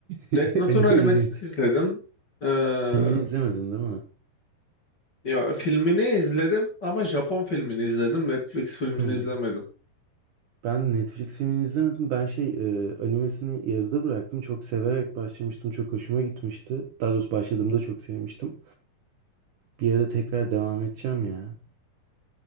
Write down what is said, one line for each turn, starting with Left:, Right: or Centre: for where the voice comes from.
Right: <laughs>
Left: Death Note'un
Right: animeydin.
Left: animesini izledim. Ee,
Right: Filmini izlemedin değil mi?
Left: ya, filmini izledim ama Japon filmini izledim. Netflix filmini
Right: Hmm.
Left: izlemedim.
Right: Ben Netflix filmini izlemedim. Ben şey e, animesini yarıda bıraktım. Çok severek başlamıştım. Çok hoşuma gitmişti. Daha doğrusu başladığımda çok sevmiştim. Bir ara tekrar devam edeceğim ya.